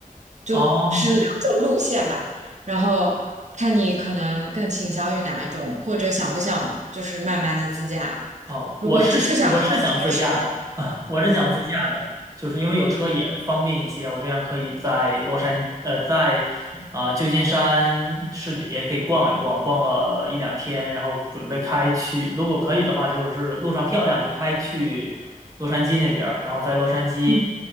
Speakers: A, on the right; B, on the right.
A: 就是两种路线吧，
B: 哦
A: 然后看你可能更倾向于哪一种，或者想不想就是慢慢的自驾。
B: 啊，
A: 如果只是想看城市，
B: 我是想我是想自驾的啊，<laughs> 我是想自驾的，就是因为有车也方便一些，我这样可以在洛杉呃在啊、旧金山市里也可以逛一逛，逛个一两天，然后准备开去，如果可以的话，就是路上漂亮就开去洛杉矶那边儿然后在洛杉矶
A: 嗯，